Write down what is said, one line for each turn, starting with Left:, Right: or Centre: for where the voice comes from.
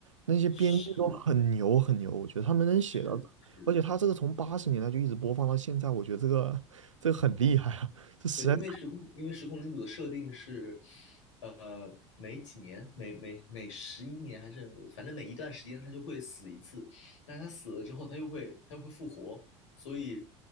Right: 那些编剧都很牛很牛，
Left: 是
Right: 我觉得他们能写到，
Left: 是是，
Right: 这，而且他这个从八十年代就一直播放到现在，我觉得这个这个很厉害啊。这实在
Left: 对，因为时空因为时空领主的设定是，呃，每几年每每每十一年还是反正每一段时间他就会死一次，但是他死了之后他又会他又会复活，所以